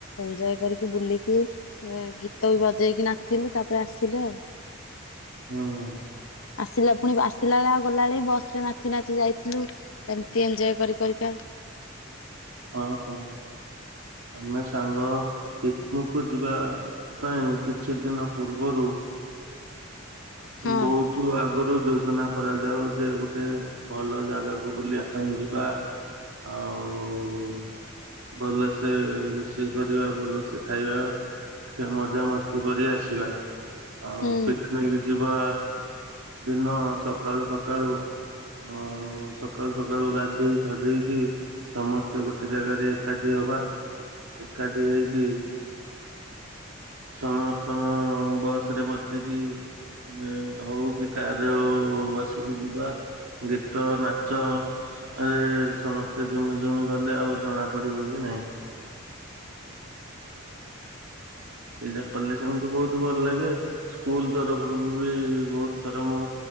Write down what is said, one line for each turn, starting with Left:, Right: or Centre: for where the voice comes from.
Left: ଏନଜୟ କରିକି ବୁଲିକି ଗୀତ ବି ବଜେଇକି ନାଚିଲୁ ତାପରେ ଆସିଲୁ ଆଉ
Right: ହଁ।
Left: ଆସିଲା ପୁଣି ଆସିଲା ବେଳେ ଆଉ ଗଲାବେଳେ ବସରେ ନାଚି ନାଚି ଯାଇଥିଲୁ। ଏମିତି ଏନଜୟ କରି କରିକା।
Right: ହଁ ହଉ। ଆମେ ସାଙ୍ଗ ପିକୁକୁ ଯିବା ପାଇଁ କିଛି ଦିନ ପୂର୍ବରୁ
Left: ହଁ
Right: ବହୁତ୍ ତୁ ଆଗରୁ ଯୋଜନା କରାଯାଉ ଯେ ଗୋଟେ ଭଲ ଜାଗାକୁ ବୁଲିବା ପାଇଁ ଯିବା। ଆଉ ଭଲସେ ରୋଷେଇ କରିବା ଭଲସେ ଖାଇବା। ମଜାମସ୍ତି କରି ଆସିବା ଆଉ
Left: ହୁଁ
Right: ପିକ୍ ନିକ୍। ଯିବା ଦିନ ସକାଳୁ ସକାଳୁ। ହ ସକାଳୁ ସକାଳୁ ଗାଧେଇ ଫାଧେଇକି ସମସ୍ତେ ଗୋଟେ ଜାଗାରେ ଏକାଠି ହବା ଏକାଠି ହେଇକି। ସମସ୍ତଙ୍କ ବସରେ ବସିକି ଯେ ତ ହଉ କି କାରରେ ହଉ ବସିକି ଯିବା ଗୀତ ନାଚ ଏରେ ସମସ୍ତେ ଝୁମି ଝୁମି ଗଲେ ଆଉ ଜଣା ପଡିବ ବି ନାହିଁ। ଏଇଟା କଲେ ସେମିତି ବହୁତ ଭଲ ଲାଗେ ସ୍କୁଲ ତରଫରୁ ବି ବହୁତ ଥର ମୁଁ